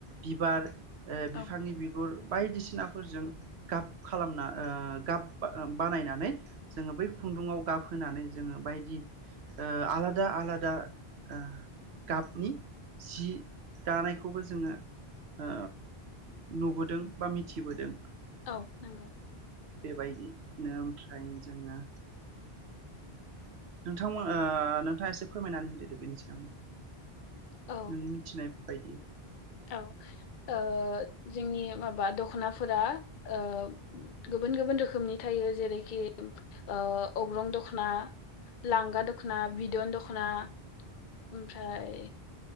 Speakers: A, on the right; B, on the left.
A: बिबार ओ बिफांनि
B: औ
A: बिगुर बायदिसिनाफोरजों गाब खालामना ओ गाब बा ओ बानायनानै जोङो बै खुन्दुङाव गाब होनानै जोङो बायदि ओ आलादा आलादा ओ गाबनि सि दानायखौबो जोङो ओ नुबोदों बा मिथिबोदों।
B: औ नोंगौ।
A: बेबायदिनो ओमफ्राय जोङो नोंथांमोन ओ नोंथाङा एसे फोरमायनानै होदोदे बेनि सायावनो।
B: औ
A: नों मिथिनाय बायदि।
B: औ ओ जोंनि माबा दख'नाफोरा ओ गुबुन गुबुन रोखोमनि थायो जेरैखि ओ अग्रं दख'ना। लांगा दुखना बि दन दख'ना ओमफ्राय